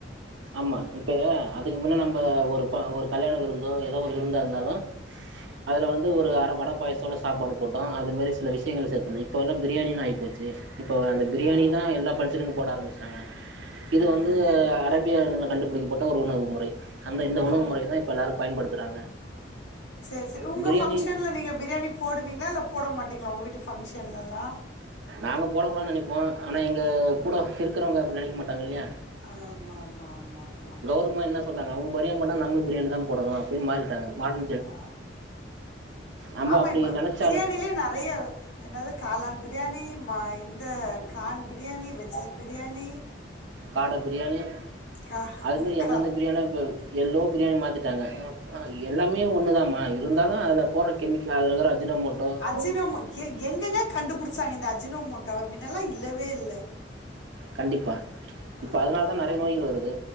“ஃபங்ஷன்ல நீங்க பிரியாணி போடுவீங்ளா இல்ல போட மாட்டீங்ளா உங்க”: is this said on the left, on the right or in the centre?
Left